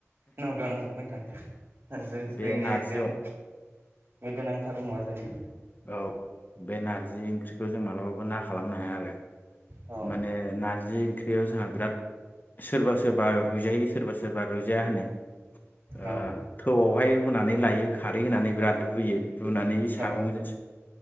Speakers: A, on the right (about 45°); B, on the left (about 40°).
A: नंगौ नंगौ नोंथां। जोंनि
B: बे नारजि
A: एकदम
B: औ
A: बे गोनांथार मुवा जोंनि
B: औ बे नारजि ओंख्रिखौ जों मालाबाबो ना खालाम नो हाया आरो
A: अ
B: माने ना नारजि ओंख्रियाव जोंहा बिराद सोरबा सोरबा रुइजायो सोरबा सोरबा रुइजाया होनो ओ
A: अ
B: थौआवहाय रुनानै लायो, खारै होनानै बिराद रुयो रुनानै सागंजों
A: अ